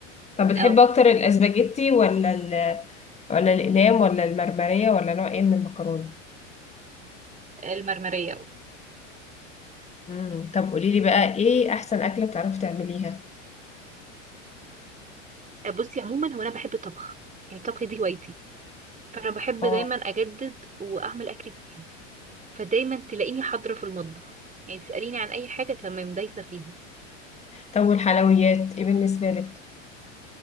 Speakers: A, on the left; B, on the right.
A: طب بتحب
B: اه
A: اكتر الاسباجيتي ولا ال ولا الاقلام ولا المرمرية ولا نوع ايه من المكرونة
B: المرمرية
A: امم طب قولي لي بقى ايه احسن اكلة بتعرفي تعمليها
B: اه بصي عموما هو أنا بحب الطبخ يعني الطبخ دي هوايتي فانا بحب
A: اه
B: دايما اجدد واعمل اكل جديد فدايما تلاقيني حاضره في المطبخ يعني تساليني عن اي حاجه تمام دايسه فيها
A: طب والحلويات ايه بالنسبة لك